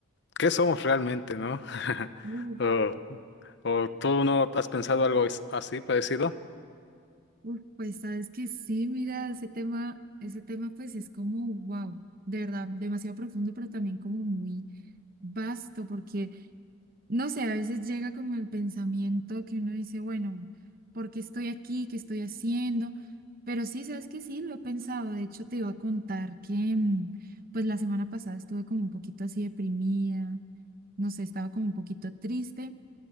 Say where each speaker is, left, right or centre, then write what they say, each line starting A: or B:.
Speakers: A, on the left; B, on the right.
A: ¿qué somos realmente, no? <laughs>
B: Uf,
A: O, o tú no has pensado algo as- así parecido?
B: uf, pues sabes que sí, mira, ese tema, ese tema pues es como, wow, de verdad, demasiado profundo, pero también como muy vasto, porque no sé, a veces llega como el pensamiento que uno dice, bueno, ¿por qué estoy aquí? ¿Qué estoy haciendo? Pero sí, sabes que sí, lo he pensado. De hecho, te iba a contar que, mm, pues la semana pasada estuve como un poquito así deprimida, no sé, estaba como un poquito triste.